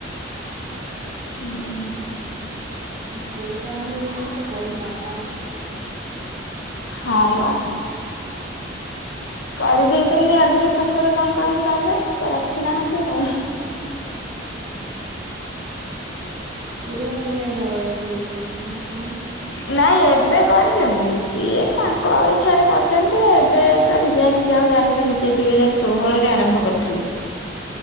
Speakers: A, on the left (about 80°); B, on the right (about 40°).
A: ହୁଁ ଉଁ
B: ଝରକା ନାହିଁ ଯେମିତି ତ, ଗରମ ବାମ୍ଫ ବାହାରୁଥାଏ।
A: ହା ୟା। କରିଦେଇଚନ୍ତି ଆଗରୁ ଶ୍ୱଶୁର ତାଙ୍କ ହିସାବରେ, କ ରଖି ନାହାନ୍ତି ଆଉ।
B: ହଁ, ପୁରୁଣା କାଳିଆ ଘର ବୋଧେ ହେଇଥିବ? <unintelligible>
A: ନାଇଁ ଏବେ କରିଚନ୍ତି, ସିଏ ତାଙ୍କ ଇଛାରେ କରିଚନ୍ତି, ଏବେ ତ ଡିଜାଇନ୍ ସେ ଆଉ ଜାଣିଚନ୍ତି, ସେ ଦୁଇ ହଜାର ଷୋହଳ ରେ ଆରମ୍ଭ କରିଥିଲେ।